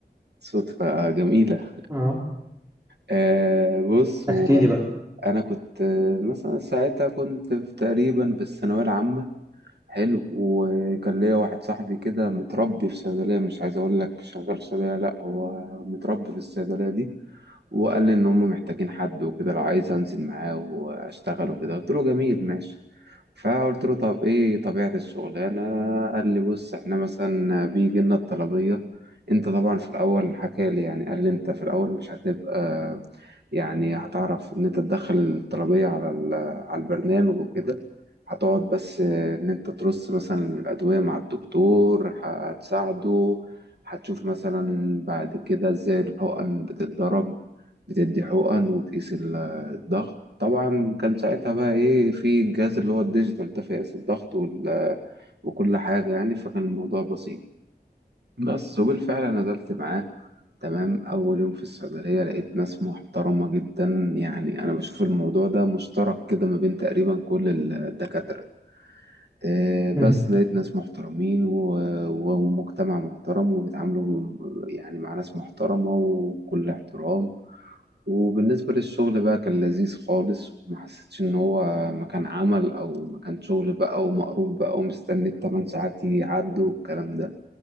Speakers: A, on the right; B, on the right.
A: صدفه جميله
B: اه
A: آه بص هو
B: احكي لي بقى
A: انا كنت آه، مثلا ساعتها كنت في تقريبا في الثانويه العامه حلو وكان ليا واحد صاحبي كده متربي في صيدلية مش عايز أقول لك شغال في صيدلية لأ هو متربي في الصيدلية دي وقال لي ان هم محتاجين حد وكده لو عايز انزل معاه واشتغل وكده قلت له جميل ماشي فقلت له طب ايه طبيعة الشغلانة قال لي بص احنا مثلا بيجي لنا الطلبية انت طبعا في الاول حكى لي يعني قال لي انت في الاول مش هتبقى يعني هتعرف ان انت تدخل الطلبية على ال- على البرنامج وكده هتقعد بس ان انت ترص مثلا الادوية مع الدكتور هتساعده هتشوف مثلا بعد كده ازاي الحقن بتتضرب بتدي حقن وتقيس ال- الضغط طبعا كان ساعتها بقى ايه في الجهاز اللي هو الديجيتال ده فيقيس الضغط وال وكل حاجة يعني فكان الموضوع بسيط بس وبالفعل نزلت معاه تمام أول يوم في الصيدلية لقيت ناس محترمة جدا يعني أنا بشوف الموضوع ده مشترك كده ما بين تقريبا كل الدكاترة آه، بس
B: مم.
A: لقيت ناس محترمين و- و- ومجتمع محترم وبيتعاملوا يعني مع ناس محترمة وكل احترام وبالنسبة للشغل بقى كان لذيذ خالص وما حسيتش إن هو مكان عمل أو مكان شغل بقى ومقروب بقى ومستني التمن ساعات يعدوا والكلام ده